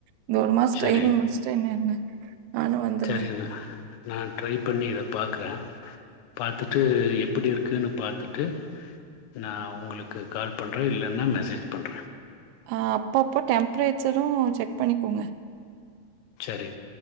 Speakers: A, on the right; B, on the left.
A: இந்த ஒரு மாசோ
B: சரி
A: ட்ரைனிங் முடிச்சுட்டு என்ன நானு வந்துருவே
B: சரிங்க நான் ட்ரை பண்ணி இத பாக்குறே பாத்துட்டு எப்டி இருக்குன்னு பார்த்துட்டு நா உங்களுக்கு கால் பண்றே இல்லன்னா மெசேஜ் பண்றே
A: அ அப்பப்போ டெம்பரேச்சரு செக் பண்ணிக்கோங்க
B: சரி